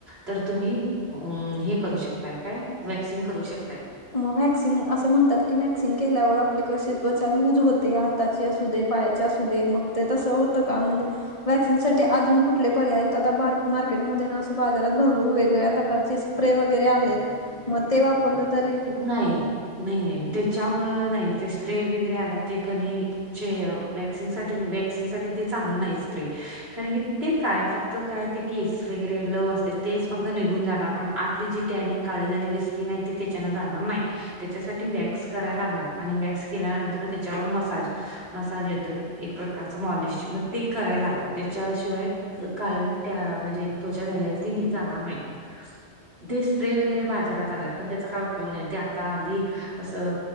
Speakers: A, on the right; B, on the left.
A: तर तुम्ही अ हे करू शकताय काय वॅक्सिंग करू शकताय.
B: मग व्हॅक्सिंग असं म्हणतात की व्हॅक्सिंग केल्यावर आपले कशी त्वचा लूज होते... हाताचे असू दे पायाचे असू दे मग ते तसं होतं का म्हणजे वॅक्सिनसाठी अजून कुठले पर्याय आहेत आता बार् मार्केटमध्ये ना, असं बाजारात भरपूर वेगवेगळ्या प्रकारचे.. स्प्रे वगैरे आलेत मग ते वापरलं तरी..
A: नाही नाही नाही त्याच्यामुळं नाही ते स्प्रे वगैरे आणते कनी.. जे वॅक्सिंग साठी वॅक्सिंग साठी ते चांगल नाही. स्प्रे कारण की ते काय फक्त काय ते केस वगैरे लव असते तेच फक्त निघून जाणार पण आतली जी टनिंग.. काळी झालेली स्किन आहे ती त्याच्याने जाणार नाही. त्याच्यासाठी वॅक्स करायला लागणार आणि वॅक्स केल्यानंतर त्याच्यावर मसाज.. मसाज येतोय एक प्रकारच मॉलिश मग ते करायला लागणार त्याच्याशिवाय.. काळी त्या म्हणजे त्वचा झालेली ती जाणार नाही तेच.. स्प्रे वगैरे बाजारात आलात. पण त्याचा काय उपयोग नाही. ते आता हल्ली, असं